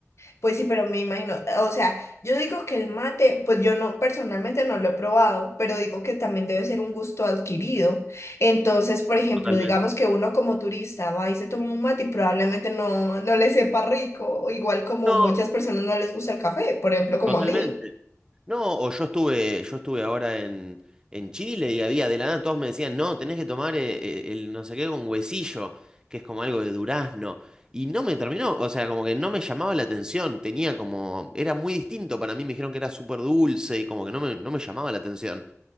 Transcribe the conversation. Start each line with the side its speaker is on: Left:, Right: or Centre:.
Left: Pues sí, pero me imagino, o sea, yo digo que el mate, pues yo no, personalmente no lo he probado, pero digo que también debe ser un gusto adquirido. Entonces, por ejemplo,
Right: Totalmente.
Left: digamos que uno como turista va y se toma un mate y probablemente no, no le sepa rico, o igual como
Right: No,
Left: muchas personas no les gusta el café, por ejemplo, como
Right: totalmente.
Left: a mí.
Right: No, o yo estuve, yo estuve ahora en, en Chile y había de la nada, todos me decían, no, tenés que tomar eh, eh, el, no sé qué con huesillo, que es como algo de durazno. Y no me terminó, o sea, como que no me llamaba la atención, tenía como, era muy distinto para mí, me dijeron que era súper dulce y como que no me, no me llamaba la atención